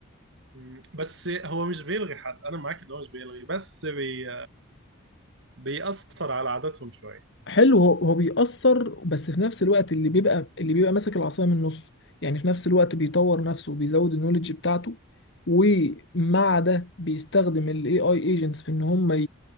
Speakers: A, on the right; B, on the left.
A: مم، بس هو مش بيلغي حد انا معاك ان هو مش بيلغي بس بي... بيأثر على عاداتهم شوية
B: حلو هو هو بيأثر بس في نفس الوقت اللي بيبقى اللي بيبقى ماسك العصاية من النص يعني في نفس الوقت بيطور نفسه وبيزود النولج بتاعته ومع ده بيستخدم الاي اي ايجنتس في ان هم ي-